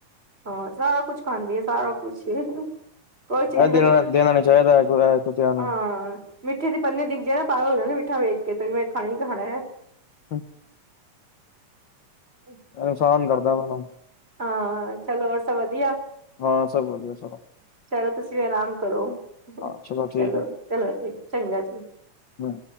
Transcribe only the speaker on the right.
ਹਾਂ, ਸਾਰਾ ਕੁਛ ਖਾਂਦੀ ਆ, ਸਾਰਾ ਕੁਛ ਹੀ ਕੋਈ ਚੀਜ਼
ਨੀ
ਵੇਸੈ,
ਹਾਂਹ ਮਿੱਠੇ ਦੀ ਪੰਨੇ ਦਿਖ ਜੇ ਪਾਗਲ ਹੋ ਜਾਣਗੇ, ਮਿੱਠਾ ਵੇਖ ਕੇ ਤੇ ਮੈਂ ਖਾਣਾ ਈ ਖਾਣਾ ਐ।
ਅੱਛਾ <inaudible>
ਹਾ ਚੱਲ ਹੋਰ ਸਭ ਵਧੀਆ।
ਚਲੋ ਤੁਸੀਂ ਵੀ ਆਰਾਮ ਕਰੋ, ਚਲੋ,
ਚਲੋ ਜੀ ਚੰਗਾ ਜੀ।